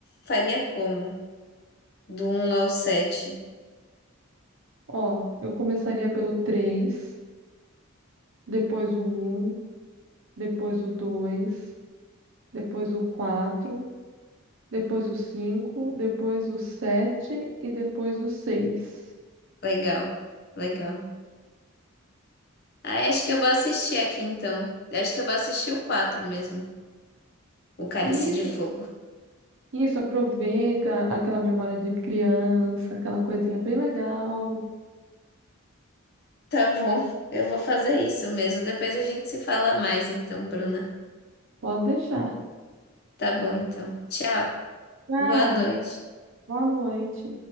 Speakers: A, on the left (about 45°); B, on the right (about 60°).
A: faria como? Do um ao sete
B: Ó, eu começaria pelo 3, depois o um. depois o dois depois o quatro depois o cinco depois o 7 e depois o seis
A: Legal, legal. Ah, acho que eu vou assistir aqui então. Acho que eu vou assistir o 4 mesmo, o Cálice
B: Isso,
A: de Fogo.
B: isso, aproveita aquela memória de criança, aquela coisinha bem legal.
A: Tá bom, eu vou fazer isso mesmo. Depois a gente se fala mais então, Bruna.
B: Pode deixar.
A: Tá bom então. Tchau.
B: Tchau,
A: Boa noite.
B: boa noite.